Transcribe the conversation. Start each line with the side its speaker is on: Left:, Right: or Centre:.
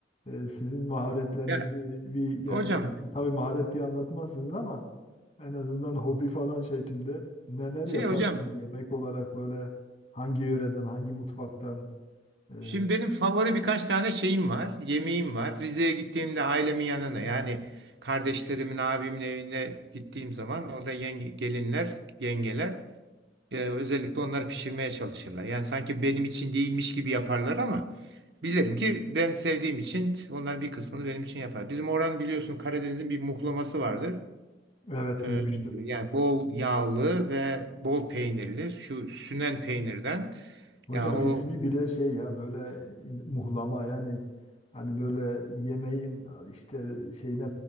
Left: e, sizin maharetlerinizi
Right: Ya,
Left: bir yani
Right: hocam
Left: siz tabii maharet diye anlatmazsınız ama en azından hobi falan şeklinde neler
Right: şey
Left: yaparsınız
Right: hocam
Left: yemek olarak böyle hangi yöreden hangi mutfaktan e,
Right: şimdi benim favori birkaç tane şeyim var. Yemeğim var. Rize'ye gittiğimde ailemin yanına yani kardeşlerimin abimin evine gittiğim zaman orada yenge, gelinler yengeler e, özellikle onları pişirmeye çalışırlar. Yani sanki benim için değilmiş gibi yaparlar ama bilirim ki ben sevdiğim için onların bir kısmını benim için yapar. Bizim oranın biliyorsun Karadeniz'in bir muhlaması vardır.
Left: evet
Right: Ee,
Left: duymuştum.
Right: yani bol yağlı ve bol peynirli şu sünen peynirden
Left: Hocam
Right: yani o
Left: ismi bile şey ya böyle muhlama yani hani böyle yemeğin işte şeyine